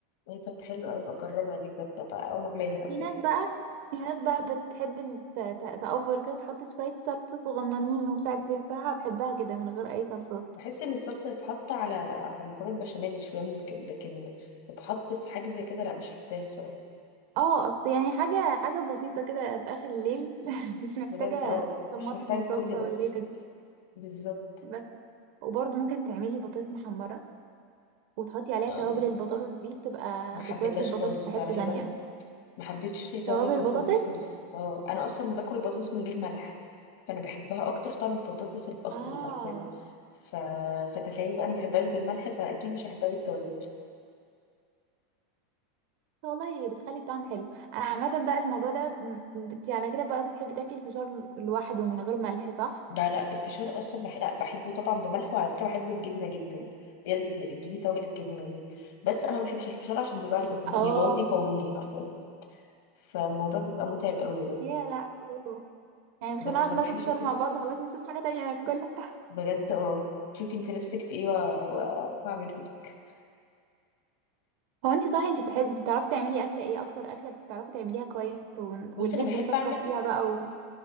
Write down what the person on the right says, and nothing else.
في ناس
بقى في ناس بقى بتحب ال- ت- ت- تأوفر كده تحط شويه صلصه صغننين ومش عارف ايه بصراحه بحبها كده من غير اي صلصات
اه اصل يعني حاجه حاجه بسيطه كده في اخر الليل <laughs> مش محتاجه
طماطم
وصلصه
والليله دي
بس وبرضه ممكن تعملي بطاطس محمره وتحطي عليها
توابل البطاطس دي بتبقى
بتودي البطاطس
في حته
تانية
توابل
البطاطس
اه
والله بتخلي الطعم حلو انا عامه بقى الموضوع ده م- انت على كده بقى بتحبي تاكلي الفشار لوحده من غير ملح صح
اه
يا لا أوه. يعني مش
هنعرف
ناكل
فشار
مع
بعض خلاص نشوف حاجه تانية ناكلها
هو انت صح انت بتحبي بتعرفي تعملي اكله ايه اكتر اكله بتعرفي تعمليها كويس و...
والبيت
بيشكر
فيها بقى و-